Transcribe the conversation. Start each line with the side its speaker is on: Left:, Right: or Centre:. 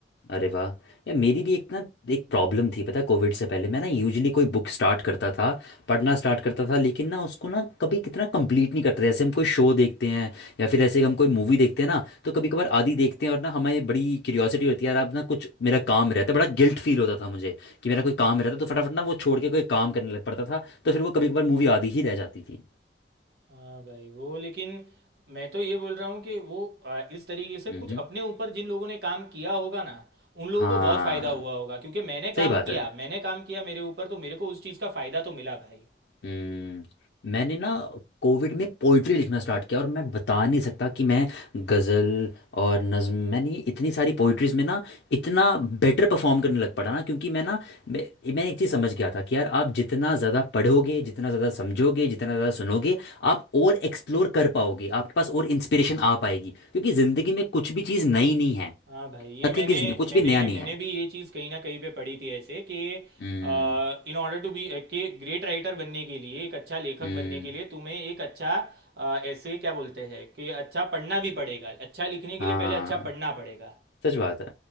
Left: अरे वाह यार मेरी भी एक ना एक प्रॉब्लम थी पता है कोविड से पहले मैं ना यूजली कोई बुक स्टार्ट करता था पढ़ना स्टार्ट करता था लेकिन ना उसको ना कभी कितना कंप्लीट नहीं करते जैसे हम कोई शो देखते हैं या फिर ऐसे हम कोई मूवी देखते हैं ना तो कभी कभार आधी देखते हैं और ना हमें बड़ी क्यूरियोसिटी होती है यार अब ना कुछ मेरा काम रहता है बड़ा गिल्ट फील होता था मुझे कि मेरा कोई काम रहता तो फटाफट ना वो छोड़ के कोई काम करने लग पड़ता था तो फिर वो कभी कभार मूवी आधी ही रह जाती थी
Right: हाँ भाई वो लेकिन मैं तो ये बोल रहा हूँ कि वो आ, इस तरीके से
Left: हम्म
Right: कुछ
Left: हम्म।
Right: अपने ऊपर जिन लोगों ने काम किया होगा ना उन लोगों
Left: हाँ
Right: को बहुत फायदा हुआ होगा क्योंकि मैंने
Left: सही
Right: काम
Left: बात
Right: किया
Left: है
Right: मैंने काम किया मेरे ऊपर तो मेरे को उस चीज़ का फायदा तो मिला भाई
Left: हम्म मैंने ना कोविड में पोइट्री लिखना स्टार्ट किया और मैं बता नहीं सकता कि मैं गज़ल और नज़्म मैंने ये इतनी सारी पोइट्रीज में ना इतना बेटर परफॉर्म करने लग पड़ा ना क्योंकि मैं ना मैं, मैं एक चीज़ समझ गया था कि यार आप जितना ज़्यादा पढ़ोगे जितना ज़्यादा समझोगे जितना ज़्यादा सुनोगे आप और एक्सप्लोर कर पाओगे आपके पास और इंस्पिरेशन आ पाएगी क्योंकि ज़िंदगी में कुछ भी चीज़ नई नहीं है
Right: हाँ भाई ये
Left: नथिंग
Right: मैंने
Left: इज़ न्यू कुछ
Right: मैंने
Left: भी नया नहीं
Right: मैंने
Left: है
Right: भी ये चीज़ कहीं ना कहीं पे पढ़ी थी ऐसे कि
Left: हम्म
Right: इन ऑर्डर टू बी के ग्रेट राइटर बनने के लिए एक अच्छा लेखक
Left: हम्म
Right: बनने के लिए तुम्हें एक अच्छा अ, ऐसे क्या बोलते हैं कि अच्छा पढ़ना भी पड़ेगा अच्छा लिखने के
Left: हाँ
Right: लिए पहले अच्छा पढ़ना पड़ेगा
Left: सच बात है